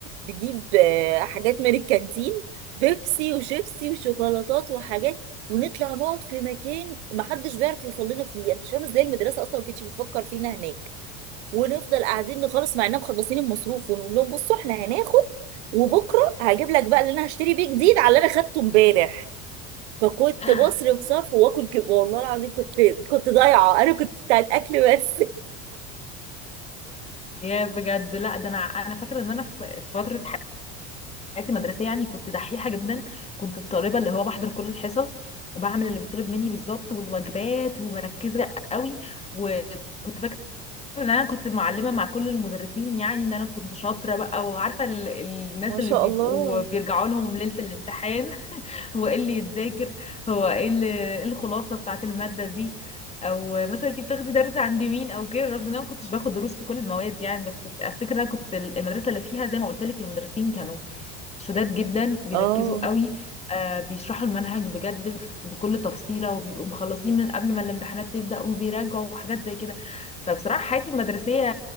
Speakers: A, on the right; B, on the left.
A: نجيب آه، حاجات من الكانتين بيبسي وشيبسي وشوكولاتات وحاجات ونطلع نقعد في مكان محدش بيعرف يوصل لنا فيه يعني مش فاهمه ازاي المدرسه اصلا ما كانتش بتفكر فينا هناك ونفضل قاعدين نخلص مع اننا مخلصين المصروف ونقول لهم بصوا احنا هناخد وبكره هجيب لك بقى اللي انا هشتري بيه جديد على اللي انا خدته امبارح فكنت
B: <laughs>
A: بصرف صرف واكل كده والله العظيم كنت كنت ضايعه انا كنت بتاعت اكل بس
B: يا بجد لا ده انا انا فاكره ان انا في في فتره حياتي المدرسيه يعني كنت دحيحه جدا كنت الطالبه اللي هو بحضر كل الحصص وبعمل اللي بيطلب مني بالظبط والواجبات ومركزه قوي وكنت فاكره ان انا كنت معلمه مع كل المدرسين يعني ان انا كنت شاطره بقى وعارفه ال... الناس
A: <laughs> ما
B: اللي
A: شاء
B: بيبقوا
A: الله
B: بيرجعوا لهم ليله الامتحان <laughs> هو ايه اللي يتذاكر هو ايه اللي- إيه الخلاصة بتاعت المادة دي او مثلا انت بتاخدي درس عند مين او كده رغم ان انا ما كنتش باخد دروس في كل المواد يعني بس افتكر ان انا كنت المدرسة اللي فيها زي ما قلت لك المدرسين كانوا شداد جدا بيركزوا
A: اه
B: قوي آه بيشرحوا المنهج بجد ف- بكل تفصيلة وبيبقوا مخلصين من قبل ما الامتحانات تبدأ وبيراجعوا وحاجات زي كده فبصراحة حياتي المدرسية